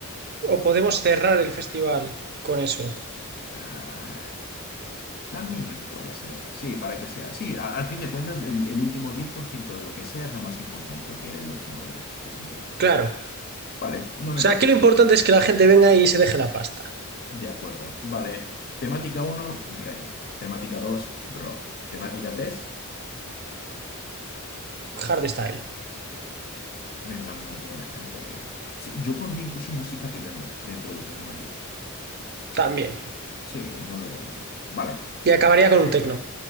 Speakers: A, on the right (about 45°); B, on the left (about 45°).
A: o podemos cerrar el festival con eso.
B: Ah, también puede ser. Sí, para que sea. Sí, a- al fin de cuentas, el, el último 10% de lo que sea es lo más importante que el otro 90%, que se empieza.
A: Claro.
B: Vale, no me
A: O sea,
B: parece.
A: aquí lo importante es que la gente venga y se deje la pasta.
B: De acuerdo. Vale. Temática uno reggae. Temática 2 rock. Temática 3
A: Hardstyle.
B: vendrá un montón de gente de... Sí, yo pondría incluso música Remember dentro de esa temática.
A: también.
B: Sí, no lo veo mal. Vale,
A: Y acabaría con un techno.